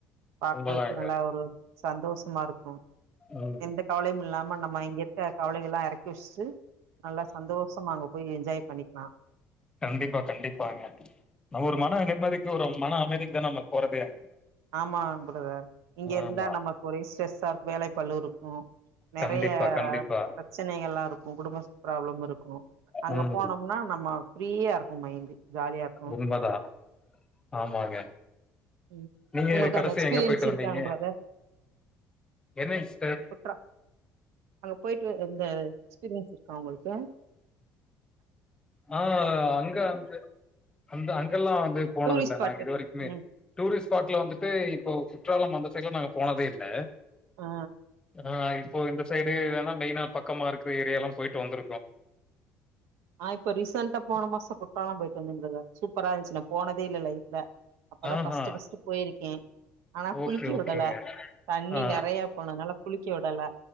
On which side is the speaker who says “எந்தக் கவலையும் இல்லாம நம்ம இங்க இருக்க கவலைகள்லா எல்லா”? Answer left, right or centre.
Right